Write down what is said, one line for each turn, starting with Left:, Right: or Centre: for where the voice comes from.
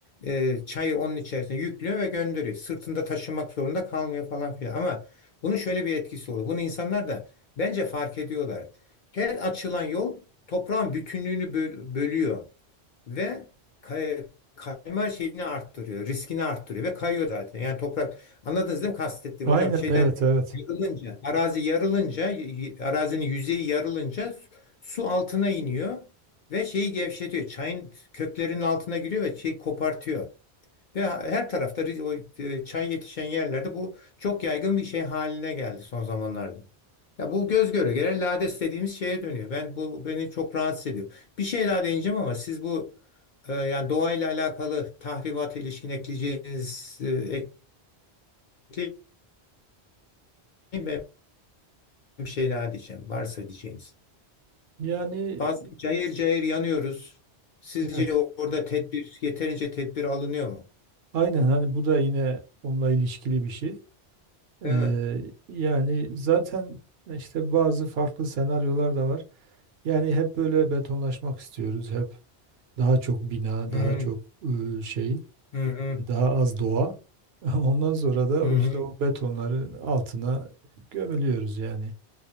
Left: e, çayı onun içerisine yüklüyor ve gönderiyor. Sırtında taşımak zorunda kalmıyor falan filan. Ama bunun şöyle bir etkisi oluyor. Bunu insanlar da bence fark ediyorlar. Her açılan yol toprağın bütünlüğünü böl- bölüyor ve kay- kayma şeyini arttırıyor, riskini arttırıyor ve kayıyor zaten. Yani toprak anladınız değil mi kastettiğim
Right: Aynen
Left: hocam? Şeyden
Right: evet evet.
Left: yarılınca, arazi yarılınca, y- y- arazinin yüzeyi yarılınca su su altına iniyor ve şeyi gevşetiyor. Çayın köklerinin altına giriyor ve şeyi kopartıyor. Ve her tarafta ri- o, e, çay yetişen yerlerde bu çok yaygın bir şey haline geldi son zamanlarda. Ya bu göz göre gelen lades dediğimiz şeye dönüyor. Ben bu beni çok rahatsız ediyor. Bir şey daha değineceğim ama siz bu e, yani doğayla alakalı tahribata ilişkin ekleyeceğiniz e, ekleyin ben bir şey daha diyeceğim. Varsa diyeceğiniz.
Right: Yani
Left: Bazı cayır cayır yanıyoruz. Sizce
Right: evet.
Left: orada tedbir yeterince tedbir alınıyor mu?
Right: Aynen hani bu da yine onunla ilişkili bir şey.
Left: Değil
Right: Ee,
Left: mi?
Right: yani zaten işte bazı farklı senaryolar da var. Yani hep böyle betonlaşmak istiyoruz. Hep daha çok bina,
Left: Hı
Right: daha
Left: hı
Right: çok e, şey,
Left: hı hı.
Right: daha az doğa. <laughs> Ondan sonra da
Left: hı hı.
Right: o işte o betonların altına gömülüyoruz yani.